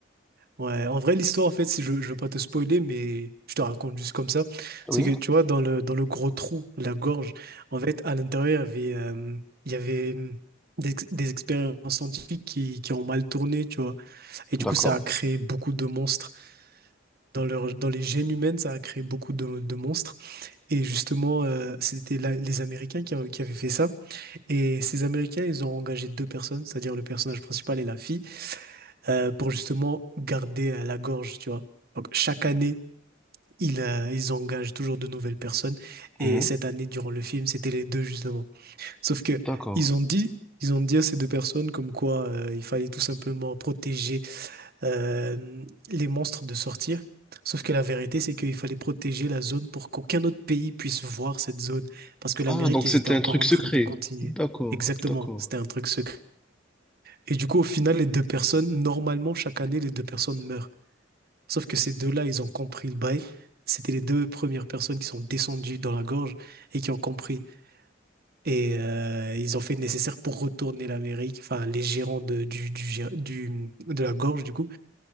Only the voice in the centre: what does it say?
Oui,
d'accord,
Mhm.
d'accord.
Ah, donc
c'était
un truc
secret.
D'accord,
d'accord.